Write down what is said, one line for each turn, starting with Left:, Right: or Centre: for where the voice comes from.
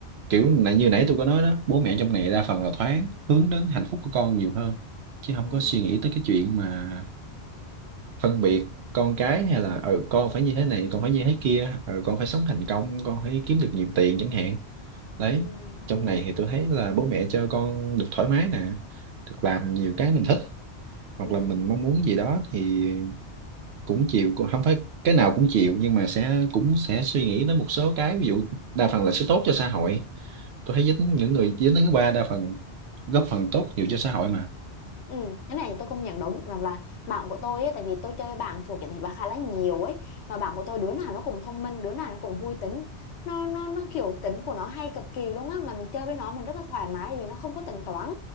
Right: kiểu là như nãy tôi có nói đó bố mẹ trong này đa phần là thoáng hướng đến hạnh phúc của con nhiều hơn chứ không
Left: Ừ,
Right: có suy nghĩ tới cái chuyện mà phân biệt con cái hay là ừ con phải như thế này con phải như thế kia ừ con phải sống thành công con phải kiếm được nhiều tiền chẳng hạn đấy
Left: ừ,
Right: trong
Left: ừ,
Right: này thì tôi thấy là bố mẹ cho con được thoải mái nè được làm nhiều cái mình thích hoặc
Left: ừ.
Right: là mình mong muốn gì đó thì cũng chịu cũng- không phải cái nào cũng chịu nhưng mà sẽ cũng sẽ suy nghĩ tới một số cái ví dụ đa phần là sẽ tốt cho xã hội tôi thấy dính những người dính đến thứ ba đa phần góp phần tốt nhiều cho xã hội mà
Left: Ừ, cái này thì tôi công nhận đúng rằng là bạn của tôi ấy, tại vì tôi chơi bạn thuộc cái thể loại khá là nhiều ấy mà bạn của tôi đứa nào nó cũng thông minh đứa nào nó cũng vui tính nó nó nó kiểu tính của nó hay cực kỳ luôn á mà mình chơi với nó mình rất là thoải mái vì nó không có tính toán